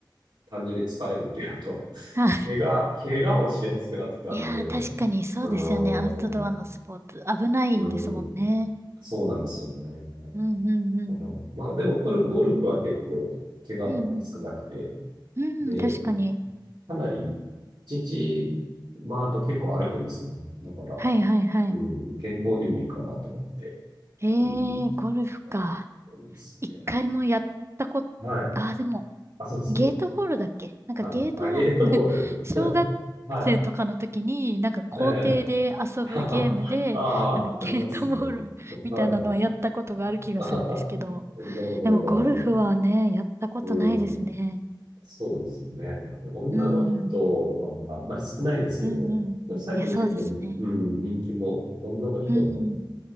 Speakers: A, on the right; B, on the right.
A: 単純に疲れるっていうのと、<laughs>
B: あ、
A: 怪我、怪我をしやすくなってきたんで、
B: いやー、
A: う
B: 確かにそうですよね。
A: ーん、
B: アウトドアのスポーツ。危ないですもんね。
A: うん、そうなんですよね。
B: うんうんうん。
A: あの、まあ、でも、ゴル、ゴルフは結構、怪我も少なくて、
B: うんうん。うん、
A: で、
B: 確かに。
A: かなり、一日回ると結構歩くんですよね。だから、
B: はいはいはい。
A: うん、健康にもいいかなと思って。
B: えー、
A: うん。
B: ゴルフか。
A: やってますね。
B: 一回もやったこと、
A: はい。
B: ああ、でも、
A: あ、そうですね。
B: ゲートボールだっけなんかゲートボール
A: はい。あ、ゲートボール。
B: <laughs> 小学生とかの時に、
A: <laughs> は
B: なんか校庭で遊ぶゲームで、
A: い。ええ。<laughs> ああ、
B: なんかゲートボール
A: ありますね。
B: <laughs> みたいなのはやったことがある気がするんですけど、
A: はい。<laughs> あははなるほど、
B: でもゴルフはね、
A: なるほど。
B: やったことないですね。
A: うん。そうですよね。女の人は、
B: うん。
A: まあ、あんまり少ないですけど、
B: うんうん。
A: 最近結構、
B: いや、そうですね。
A: うん、人気も、女の人も
B: うん。